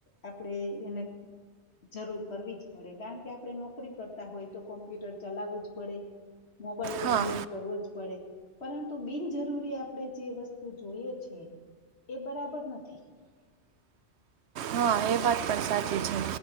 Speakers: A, on the left; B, on the right.
A: આપણેે એને જરૂર કરવી જ પડે, કારણ કે આપણે નોકરી કરતા હોય તો કોમ્પ્યુટર ચલાવવું જ પડે. મોબાઈલ પણ
B: હા
A: યુજ કરવો જ પડે, પરંતુ બિનજરૂરી આપણે જે વસ્તુ જોઈએ છે, એ બરાબર નથી.
B: હા, એ વાત પણ સાચી છે.